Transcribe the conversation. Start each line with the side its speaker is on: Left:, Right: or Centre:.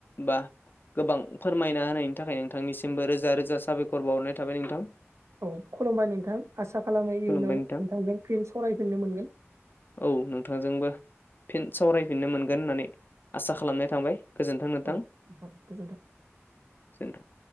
Left: बा गोबां फोरमायना होनायनि थाखाय नोंथांनिसिमबो रोजा रोजा साबायखर बावहरनाय थाबाय नोंथां।
Right: औ खुलुमबाय नोंथां आसा खालामो इयुनाव
Left: खुलुमबाय नोंथां
Right: नोंथांजों फिन सरायफिननो मोनगोन।
Left: औ नोंथांजोंबो फिन सावरायफिननो मोनगोन होननानै आसा खालामनाय थाबाय। गोजोन्थों नोंथां
Right: औ
Left: गोजोनथों।
Right: गोजोन्थों